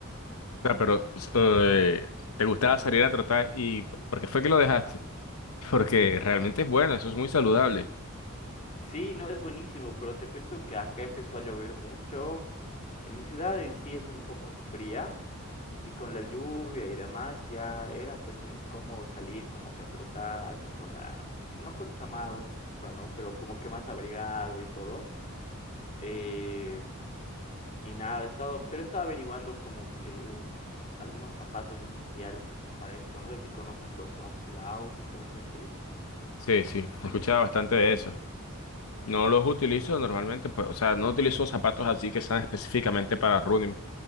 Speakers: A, on the left; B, on the left.
A: O sea, pero eh, te gustaba salir a trotar y ¿por qué fue que lo dejaste? Porque realmente es bueno, eso es muy saludable.
B: Sí, no, es buenísimo, pero te cuento que acá empezó a llover mucho. En mi ciudad en sí es un poco fría y con la lluvia y demás ya era pues muy incómodo salir como que a trotar con la, no con chamarra, ¿no? Pero como que más abrigado y todo. Eh, y nada, he estado, pero he estado averiguando como eh, algunos zapatos especiales que son para esto. No sé si conoces los On Cloud y cosas así.
A: Sí, sí, he escuchado bastante de eso. No los utilizo normalmente, pues, o sea, no utilizo zapatos así que sean específicamente para running,